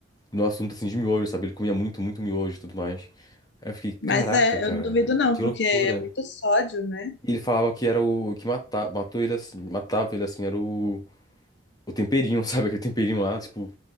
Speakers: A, on the left; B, on the left.
A: no assunto assim de miojo, sabe? Ele comia muito, muito miojo e tudo mais. Aí eu fiquei, caraca,
B: Mas é,
A: cara,
B: eu não duvido não,
A: que
B: porque
A: loucura.
B: é muito sódio, né?
A: E ele falava que era o o que matava, matou ele assim, matava ele assim, era o, o temperinho, <laughs> sabe? Aquele temperinho lá, tipo,